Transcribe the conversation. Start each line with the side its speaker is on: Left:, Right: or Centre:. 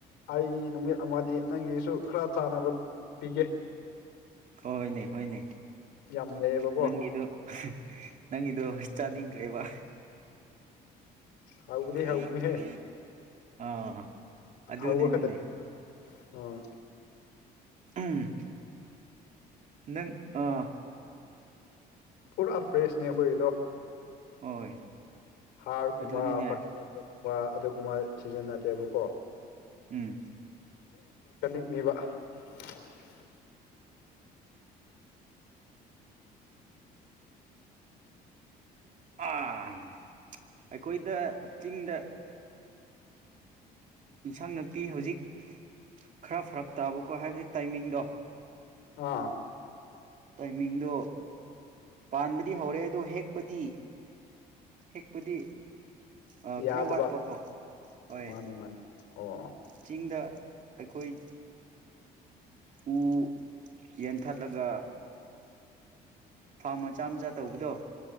Left: ꯑꯩ ꯅꯨꯃꯤꯠ ꯑꯃꯗꯤ ꯅꯪꯒꯤꯁꯨ ꯈꯔ ꯆꯥꯟꯅꯕ ꯄꯤꯒꯦ
Right: ꯍꯣꯏꯅꯦ ꯍꯣꯏꯅꯦ
Left: ꯌꯥꯝ ꯂꯩꯌꯦꯕꯀꯣ
Right: ꯅꯪꯒꯤꯗꯣ ꯅꯪꯒꯤꯗꯣ ꯆꯥꯅꯤꯡꯗ꯭ꯔꯦꯕ
Left: ꯍꯧꯕꯗꯤ
Right: <unintelligible>
Left: ꯍꯧꯅꯤꯍꯦ
Right: <inaudible> ꯑ ꯑꯗꯨꯅꯦꯅꯤꯅꯦ
Left: ꯍꯧꯕ ꯈꯛꯇ ꯑꯥ
Right: ꯎꯝ <inaudible> ꯅꯪ ꯑ
Left: ꯄꯨꯔꯥ ꯐ꯭ꯔꯦꯁꯅꯦ ꯑꯩꯈꯣꯏ ꯑꯗꯣ
Right: ꯍꯣꯏ
Left: ꯍꯥꯔꯒꯨꯝꯕ
Right: ꯑꯗꯨꯅꯤꯅꯦ
Left: ꯐꯔꯇꯤꯂꯥꯏꯖꯔꯒꯨꯝꯕ ꯑꯗꯨꯒꯨꯝꯕ ꯁꯤꯖꯤꯟꯅꯗꯦꯕꯀꯣ
Right: ꯎꯝ <inaudible>
Left: ꯕ <unintelligible> <inaudible>
Right: ꯎꯝ ꯑꯩꯈꯣꯏꯗ ꯆꯤꯡꯗ ꯏꯟꯁꯥꯡ ꯅꯥꯄꯤ ꯍꯧꯖꯤꯛ ꯈꯔ ꯐꯔꯛ ꯇꯥꯕꯀꯣ ꯍꯥꯏꯕꯗꯤ ꯇꯥꯏꯃꯤꯡꯗꯣ
Left: ꯑꯥ
Right: ꯇꯥꯏꯃꯤꯡꯗꯣ ꯄꯥꯟꯕꯗꯤ ꯍꯧꯔꯦ ꯑꯗꯣ ꯍꯦꯛꯄꯗꯤ ꯍꯦꯛꯄꯗꯤ ꯑꯥ
Left: ꯌꯥꯗꯕ
Right: ꯈꯔ ꯋꯥꯠꯄꯀꯣ ꯍꯣꯏ
Left: ꯃꯥꯅꯦ ꯃꯥꯅꯦ ꯑꯣ
Right: ꯆꯤꯡꯗ ꯑꯩꯈꯣꯏ ꯎ ꯌꯦꯟꯊꯠꯂꯒ ꯐꯥꯔꯝ ꯃꯆꯥ ꯃꯆꯥ ꯇꯧꯕꯗꯣ